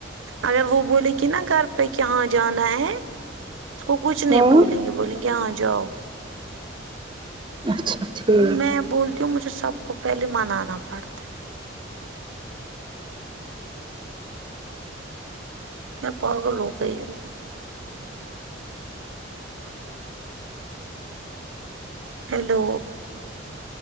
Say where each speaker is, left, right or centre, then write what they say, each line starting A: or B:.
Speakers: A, on the right (about 80°); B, on the right (about 25°).
A: اگر وہ بولے گی نا گھر پہ کہاں جانا ہے اس کو کچھ نہیں
B: ہوں
A: بولیں گے بولیں گے کہ یہاں جاؤ
B: اچھا ٹھیک
A: میں بولتی ہوں مجھے سب کو پہلے منانا پڑتا ہے میں پاگل ہو گئی ہوں ہیلو